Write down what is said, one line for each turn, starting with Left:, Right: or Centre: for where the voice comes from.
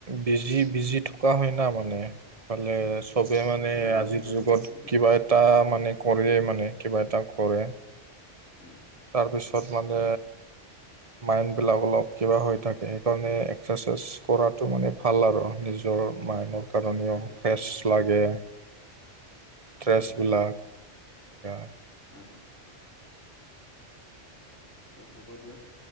Right: বিজি, বিজি থকা হয় ন মানে। ইফালে চবে মানে
Left: উম, উম,
Right: আজিৰ
Left: এইটোৱেতো
Right: যুগত
Left: বিজি
Right: কিবা
Left: থকা
Right: এটা মানে কৰেই মানে কিবা এটা কৰে।
Left: উ
Right: তাৰপিছত মানে মাইণ্ডবিলাক অলপ কিবা হৈ থাকে সেইকাৰণে এক্সেচাইজ কৰাটো মানে ভাল আৰু নিজৰ মাইনৰ কাৰণেও
Left: অ', এইটোৱেতো
Right: ফ্ৰেছ লাগে। ষ্ট্ৰেছবিলাক
Left: হয়,
Right: এইয়া
Left: উ, উ। ত' হ'ব দিয়ক